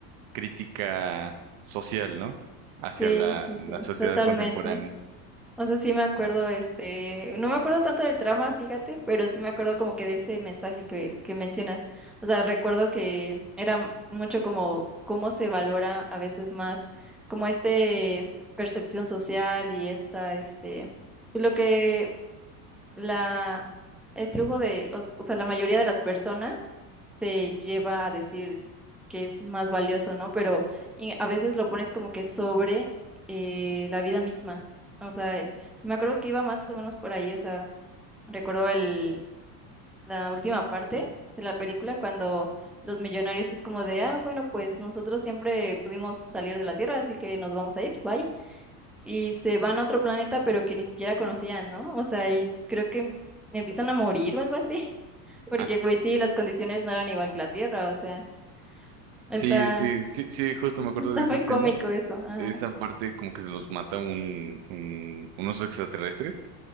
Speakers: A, on the right (about 60°); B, in the centre.
A: crítica social, ¿no? hacia
B: sí,
A: la,
B: sí,
A: la
B: sí,
A: sociedad
B: totalmente.
A: contemporánea.
B: O sea, sí me acuerdo, este, no me acuerdo tanto del trama, fíjate, pero sí me acuerdo como que de ese mensaje que, que mencionas. O sea, recuerdo que era mucho como cómo se valora a veces más como este percepción social y esta, este, lo que la, el flujo de, o, o sea, la mayoría de las personas te lleva a decir que es más valioso, ¿no? Pero y a veces lo pones como que sobre eh, la vida misma. O sea, me acuerdo que iba más o menos por ahí, o sea, recuerdo el, la última parte de la película cuando los millonarios es como de, ah, bueno, pues nosotros siempre pudimos salir de la Tierra, así que nos vamos a ir, bye y se van a otro planeta, pero que ni siquiera conocían, ¿no? O sea, y creo que em- empiezan a morir o algo así, <laughs> porque
A: Ah,
B: pues sí, las condiciones no eran igual que la Tierra, o sea, está,
A: Sí, sí, sí, sí, justo
B: <laughs>
A: me acuerdo
B: está
A: de esa
B: muy
A: escena.
B: cómico eso, ajá,
A: Esa parte como que se los mata un, un- unos extraterrestres